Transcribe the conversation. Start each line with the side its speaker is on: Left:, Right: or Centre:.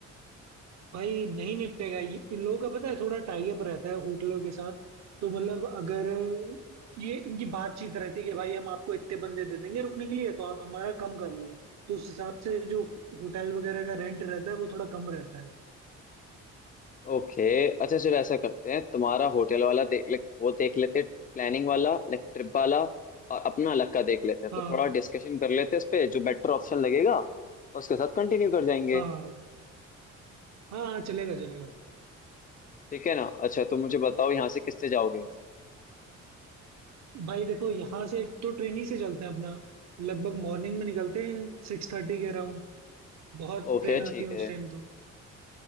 Right: भाई नहीं निपटेगा ये- इन लोगों का पता है थोड़ा टाई अप रहता है होटलों के साथ तो मतलब अगर ये इनकी बातचीत रहती है कि भाई हम आपको इतने बंदे दे देंगे रुकने के लिए तो आप हमारा कम कर लो तो उस हिसाब से जो होटल वगैरह का रेंट रहता है वो थोड़ा कम रहता है
Left: ओके अच्छा चलो ऐसा करते हैं तुम्हारा होटल वाला देख लाइक वो देख लेते प्लानिंग वाला लाइक ट्रिप वाला और अपना अलग का देख लेते हैं
Right: हाँ
Left: तो थोड़ा डिस्कशन कर लेते हैं इस पे जो बेटर ऑप्शन लगेगा उसके साथ कंटिन्यू कर जाएंगे
Right: हाँ हाँ हाँ चलेगा चलेगा
Left: ठीक है ना अच्छा तो मुझे बताओ यहाँ से किससे जाओगे
Right: भाई देखो यहाँ से तो ट्रेन ही से चलते हैं अपना लगभग मॉर्निंग में निकलते हैं सिक्स थर्टी कह रहा हूँ बहुत
Left: ओके
Right: ट्रेन आती
Left: ठीक
Right: है उस
Left: है
Right: टाइम तो